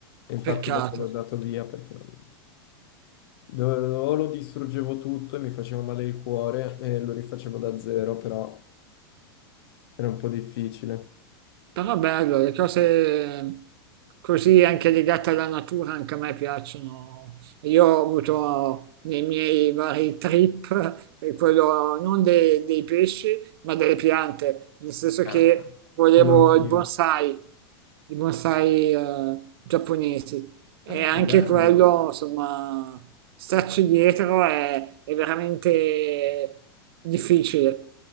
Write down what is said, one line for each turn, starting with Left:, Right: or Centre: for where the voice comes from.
Left: E Infatti
Right: peccato.
Left: dopo l'ho dato via perché non- do- o lo distruggevo tutto e mi faceva male il cuore e lo rifacevo da zero, però era un po' difficile.
Right: Però bello, le cose così anche legate alla natura anche a me piacciono. Io ho avuto nei miei vari trip eh, quello non de- dei pesci, ma delle piante, nel senso
Left: Ah,
Right: che volevo
Left: Quello anch'io.
Right: il bonsai, i bonsai eh, giapponesi. E
Left: Ah,
Right: anche
Left: bello.
Right: quello, insomma, starci dietro è, è veramente difficile.